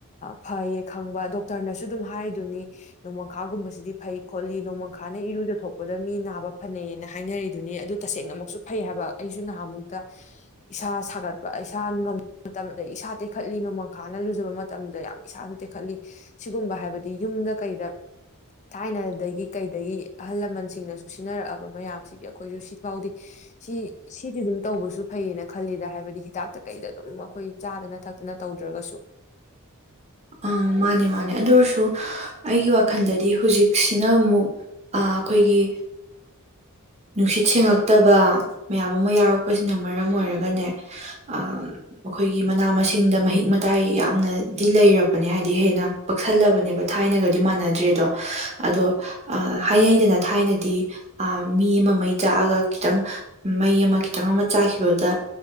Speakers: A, on the left; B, on the right.
A: ꯐꯩꯌꯦ ꯈꯪꯕ ꯗꯣꯛꯇꯔꯅꯁꯨ ꯑꯗꯨꯝ ꯍꯥꯏꯔꯤꯗꯨꯅꯤ ꯅꯣꯡꯃꯪꯈꯥꯒꯨꯝꯕꯁꯤꯗꯤ ꯐꯩ ꯈꯣꯠꯂꯤ ꯅꯣꯡꯃꯪꯈꯥꯅ ꯏꯔꯨꯖꯊꯣꯛꯄꯗ ꯃꯤ ꯅꯥꯕ ꯐꯅꯩꯌꯦꯅ ꯍꯥꯏꯅꯔꯤꯗꯨꯅꯤ ꯑꯗꯨ ꯇꯁꯦꯡꯅꯃꯛꯁꯨ ꯐꯩ ꯍꯥꯏꯕ ꯑꯩꯁꯨ ꯅꯍꯥꯟꯃꯨꯛꯇ ꯏꯁꯥ ꯁꯥꯒꯠꯄ ꯏꯁꯥ ꯉ ꯃꯇꯝ ꯑꯗ ꯏꯁꯥ ꯇꯦꯛꯈꯠꯂꯤ ꯅꯣꯡꯃꯪꯈꯥꯅ ꯂꯨꯖꯕ ꯃꯇꯝꯗ ꯌꯥꯝ ꯏꯁꯥꯁꯨ ꯇꯦꯛꯈꯠꯂꯤ ꯁꯤꯒꯨꯝꯕ ꯍꯥꯏꯕꯗꯤ ꯌꯨꯝꯗ ꯀꯩꯗ ꯊꯥꯏꯅꯗꯒꯤ ꯀꯩꯗꯒꯤ ꯑꯍꯜ ꯂꯃꯟꯁꯤꯡꯅꯁꯨ ꯁꯤꯟꯅꯔꯛꯑꯕ ꯃꯌꯥꯝꯁꯤꯗꯤ ꯑꯩꯈꯣꯏꯁꯨ ꯁꯤ ꯐꯥꯎꯗꯦ ꯁꯤ ꯁꯤꯗꯤ ꯑꯗꯨꯝ ꯇꯧꯕꯁꯨ ꯐꯩꯌꯦꯅ ꯈꯜꯂꯤꯗ ꯍꯥꯏꯕꯗꯤ ꯍꯤꯗꯥꯛꯇ ꯀꯩꯗ ꯑꯗꯨꯝ ꯑꯩꯈꯣꯏ ꯆꯥꯗꯅ ꯊꯛꯇꯅ ꯇꯧꯗ꯭ꯔꯒꯁꯨ
B: ꯑ ꯃꯥꯅꯦ ꯃꯥꯅꯦ ꯑꯗꯨ ꯑꯣꯏꯔꯁꯨ ꯑꯩꯒꯤ ꯋꯥꯈꯜꯗꯗꯤ ꯍꯧꯖꯤꯛꯁꯤꯅ ꯑꯃꯨꯛ ꯑꯩꯈꯣꯏꯒꯤ ꯅꯨꯡꯁꯤꯠ ꯁꯦꯡꯉꯛꯇꯕ ꯃꯌꯥꯝ ꯑꯃ ꯌꯥꯎꯔꯛꯄꯁꯤꯅ ꯃꯔꯝ ꯑꯣꯏꯔꯒꯅꯦ ꯑꯩꯈꯣꯏꯒꯤ ꯃꯅꯥ ꯃꯁꯤꯡꯗ ꯃꯍꯤꯛ ꯃꯇꯥꯏ ꯌꯥꯝꯅ ꯗꯤ ꯂꯩꯔꯕꯅꯦ ꯍꯥꯏꯕꯗꯤ ꯍꯦꯟꯅ ꯄꯛꯁꯜꯂꯕꯅꯦꯕ ꯊꯥꯏꯅꯒꯗꯤ ꯃꯥꯟꯅꯗ꯭ꯔꯦ ꯑꯗꯣ ꯑꯗꯣ ꯍꯥꯏꯅꯩꯗꯅ ꯊꯥꯏꯅꯗꯤ ꯑ ꯃꯤ ꯑꯃ ꯃꯩ ꯆꯥꯛꯑꯒ ꯈꯤꯇꯪ ꯃꯩ ꯑꯃ ꯈꯤꯇꯪ ꯑꯃ ꯆꯥꯈꯤꯕꯗ